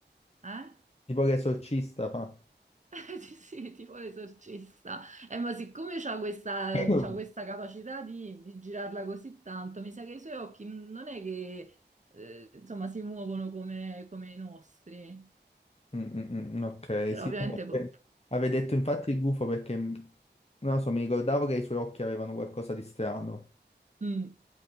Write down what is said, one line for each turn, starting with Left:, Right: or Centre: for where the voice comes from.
Right: eh?
Left: tipo che esorcista fa.
Right: <laughs> Eh, Sì, sì, tipo l'esorcista. Eh, ma siccome c'ha questa,
Left: Mm,
Right: c'ha questa capacità di, di girarla così tanto, mi sa che i suoi occhi non è che, eh, insomma, si muovono come, come i nostri.
Left: mm, mm, mm, ok,
Right: Però
Left: sì.
Right: ovviamente...
Left: Vabbè.
Right: po-
Left: Avevo detto infatti il gufo perché, mm, non lo so, mi ricordavo che i suoi occhi avevano qualcosa di strano,
Right: Mm.